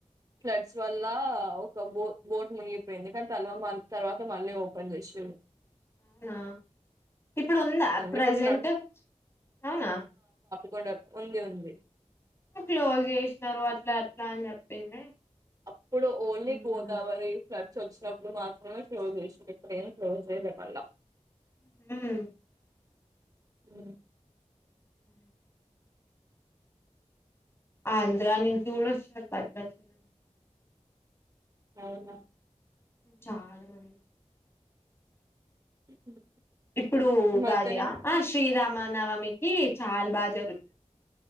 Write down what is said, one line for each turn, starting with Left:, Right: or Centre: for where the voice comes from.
Right: ఫ్లడ్స్ వల్ల ఒక బో బోట్ మునిగిపోయింది కానీ తర్వా తర్వాత మళ్ళీ ఓపెన్ చేసిండ్రు
Left: అవునా ఇప్పుడు ఉందా ప్రెజెంట్
Right: ఇప్పుడు
Left: అవునా
Right: కొండ ఉంది ఉంది
Left: క్లోజ్ చేసినారు అట్లా అట్లా అని చెప్పింది
Right: అప్పుడు ఓన్లీ
Left: ఉమ్
Right: గోదావరి ఫ్లట్స్ వచ్చినప్పుడు మాత్రమే క్లోజ్ చేసిండ్రు ఇప్పుడేం క్లోజ్ చేయల మల్ల
Left: ఉ
Right: ఉ
Left: హ ఆంధ్రా నుంచి కూడ వస్తున్నారు భద్రాచలం
Right: అవునా
Left: చాలా మం
Right: ఉమ్.
Left: ఇప్పుడు
Right: ఈ
Left: ఉగాదియా
Right: మధ్యనే
Left: ఆ శ్రీరామ్ మానవమికి చాలా బాగా జరుగు